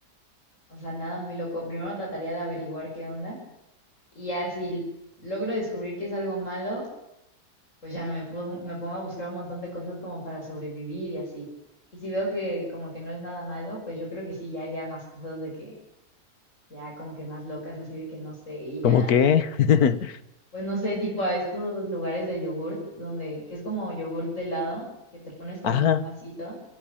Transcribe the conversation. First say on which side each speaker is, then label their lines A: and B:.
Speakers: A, on the left; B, on the left.
A: o sea, nada muy loco. Primero trataría de averiguar qué onda y ya si logro descubrir que es algo malo, pues ya me pongo, me pongo a buscar un montón de cosas como para sobrevivir y así. Y si veo que como que no es nada malo, pues yo creo que sí, ya haría más cosas de que, ya como que más locas, así de que no sé, ir
B: ¿Cómo
A: a,
B: que? <laughs>
A: pues no sé, tipo a estos lugares de yogurt, donde, que es como yogurt de helado, que te pones como
B: ah
A: en un vasito.